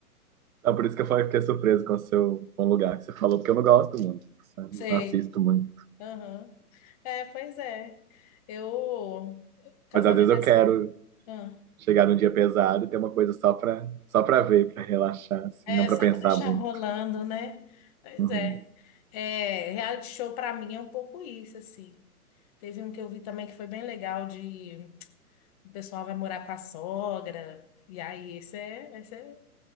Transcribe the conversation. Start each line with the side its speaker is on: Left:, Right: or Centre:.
Right: Ah, por isso que eu falei- fiquei surpreso com o seu com o lugar que você falou, porque eu não gosto muito, sabe?
Left: Sei.
Right: Não assisto muito.
Left: Aham. É, pois é. Eu. Casamento.
Right: Mas às vezes eu quero
Left: Ah,
Right: chegar num dia pesado e ter uma coisa só pra, só pra ver, pra relaxar, assim,
Left: É
Right: não pra
Left: só
Right: pensar
Left: para deixar
Right: muito.
Left: rolando, né? Pois
Right: Uhum.
Left: é. É, reality show para mim é um pouco isso, assim. Teve um que eu vi também que foi bem legal de O pessoal vai morar com a sogra. E aí, esse é, esse é-